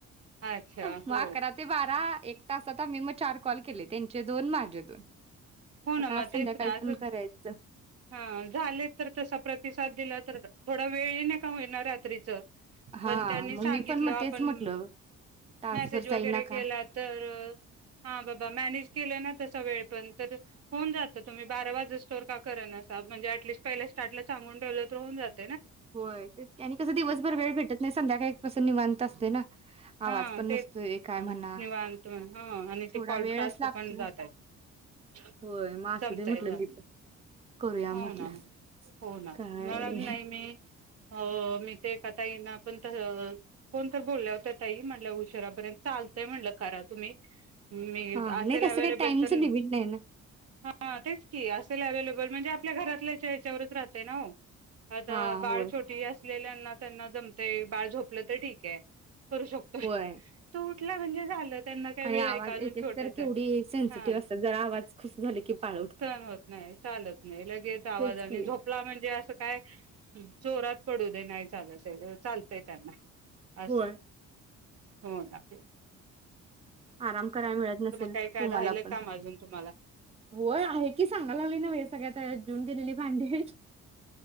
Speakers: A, on the right; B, on the right.
A: अच्छा
B: मग
A: हो
B: अकरा ते बारा एक. तसात आम्ही मट चार कॉल केले त्यांचे दोन माझे दोन
A: हो ना
B: आता आज
A: मग तेच
B: संध्याकाळी
A: ना असं
B: पण करायच.
A: हा झालेत तर तसा प्रतिसाद दिला तर थोडा वेळेना का होईना रात्रीच
B: हा
A: पण त्यांनी
B: मग
A: सांगितल
B: मी पण मग
A: आपण
B: तेच म्हटलं. तासभर
A: मेसेज वगैरे
B: जाई ना
A: केला
B: का
A: तर हा बाबा म्येनेज केल ना तस वेळ पण होऊन जातात. तुम्ही बारावाजोस्तर जाग करणास म्हणजे आटलीस्ट पहिल्या स्टार्टला सांगून टेवलतर जात.
B: होय तेच की आणि कसं दिवसभर वेळ भेटत नाही. संध्याकाळीपासून निवांत असतय ना.
A: हा
B: आवाज पण
A: तेच
B: नसतोय काय
A: निवांत
B: म्हणा
A: ह आणि ते
B: थोडा
A: फॉल
B: वेळच
A: टास्क
B: लागतोय.
A: पण जातयत
B: होय मग असू
A: जमतायेत
B: दे म्हटलं मी
A: आपले
B: पण करूया
A: हो
B: म्हटलं
A: ना हो ना
B: काय
A: म नाही मी मी हो मी ते ताई ना पण तर कोण तर बोलल्या होत्या.. ताई म्हणाल्या उशरापर्यंत चालतंय म्हणलं करा तुम्ही मी
B: हा
A: असेल
B: नाही तसं
A: अवेलेबल
B: काही टाइमचं
A: तर
B: लिमिट नाही ना
A: हा तेच की अस. असेल अवेलेबल म्हणजे आपल्या घरातल्या याच्यावर राहते ना हो. आता
B: हा
A: बाळ
B: होय
A: छोटी अस. आपल्यालांना त्यांना जमतय बाळ झोपलं तर ठीक आहे. करू शकतोय
B: होय
A: तू उठला म्हणजे झालं त्यांना काय
B: आणि
A: वेळ
B: आवाज
A: आहे का अजून
B: एक एक
A: छोटच
B: तर केवढी
A: आहे
B: सेन्सिटिव्ह
A: हा
B: असतात जरा आवाज खुश झाले की पाळ उठतात
A: सहन होत नाही चालत नाही लगेच आवाज
B: तेच
A: आणि
B: की
A: झोपला म्हणजे अस. काय? हम जोरात. पडू दे नाही चालत. ते अ चालतय त्यांना असं.
B: होय
A: हो दाखल
B: आराम करायला मिळत नसेल
A: काय काय
B: तुम्हाला
A: राहिलं
B: पण
A: काम अजून तुम्हाला
B: वय आहे की सांगाला लागले ना सगळ्यात जेऊन गेलेली. भांडे हे.